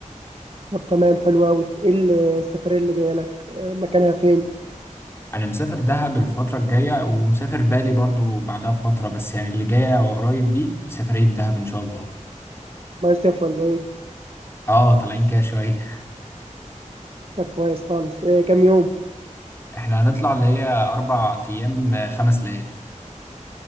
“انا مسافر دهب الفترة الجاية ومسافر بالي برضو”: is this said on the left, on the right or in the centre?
Left